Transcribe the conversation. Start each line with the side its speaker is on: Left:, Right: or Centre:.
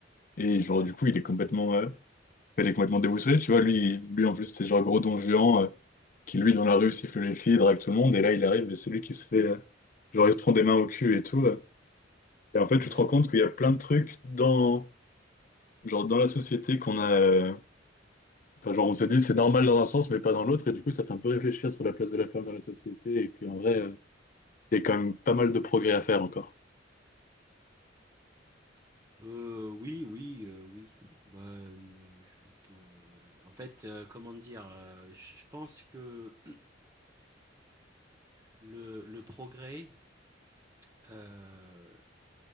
Left: Et genre,
Right: ouais,
Left: du coup, il est complètement, euh, il est complètement déboussolé. Tu vois, lui, lui en plus, c'est genre gros don Juan, euh, qui, lui, dans la rue, siffle les filles, drague tout le monde. Et là, il arrive et c'est lui qui se fait. euh, Genre, il se prend des mains au cul et tout. euh. Et en fait, tu
Right: ouais.
Left: te rends compte qu'il y a plein de trucs dans, genre, dans la société qu'on a. euh, Enfin, genre, on se dit c'est normal dans un sens, mais pas dans l'autre. Et du coup, ça fait un peu réfléchir sur la place de la femme dans la société. Et qu'en vrai, euh, il y a quand même pas mal de progrès à faire encore.
Right: Euh oui, oui, heu, oui. Bah, hem, je peux en fait, heu, comment dire? Heu, je je pense que le le progrès Heu,